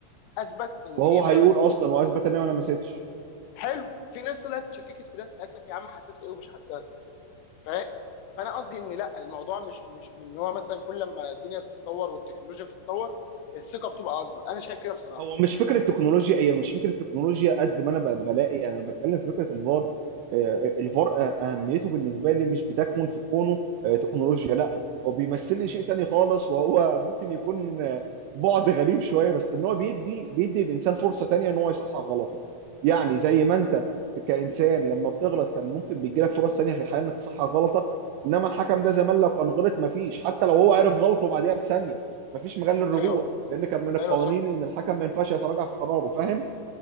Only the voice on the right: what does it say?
وهو
هيقول
اصلا واثبت ان انا ما لمستش
هو مش فكره تكنولوجيا هي مش فكره تكنولوجيا قد ما انا ب- بلاقي يعني انا بتكلم في فكره الفار آه، آه، الفار آه، اهميته بالنسبه لي مش بتكمن في كونه آه، تكنولوجيا لا هو بيمثل لي شيء تاني خالص وهو ممكن يكون آه، بعد غريب شويه بس ان هو بيدي بيدي الانسان فرصه تانيه ان هو يصحح غلطه يعني زي ما انت كانسان لما بتغلط كان ممكن بيجي لك فرص تانيه في الحياه انك تصحح غلطك انما الحكم ده زمان لو كان غلط مفيش حتى لو هو عرف غلطه بعديها بثانيه مفيش مجال للرجوع
لان كان من القوانين
ان الحكم ما ينفعش يتراجع في قراره فاهم